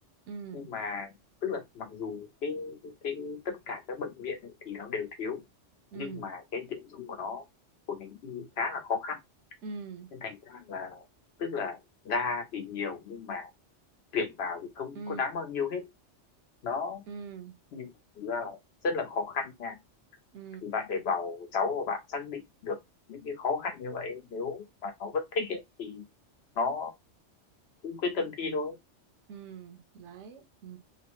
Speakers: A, on the right; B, on the left.
A: ừ
B: nhưng mà tức là mặc dù cái cái tất cả các bệnh viện ấy, thì nó đều thiếu
A: ừ
B: nhưng mà cái tuyển dụng của nó của ngành y khá là khó khăn
A: ừ
B: nên thành ra là tức là ra thì nhiều nhưng mà tuyển vào thì không
A: ừ
B: có đáng bao nhiêu hết nó
A: ừ
B: nhưng thực ra là rất là khó khăn nha
A: ừ
B: thì bạn phải bảo cháu của bạn xác định được những cái khó khăn như vậy nếu mà nó vẫn thích ấy, thì nó cứ quyết tâm thi thôi
A: ừ đấy ừ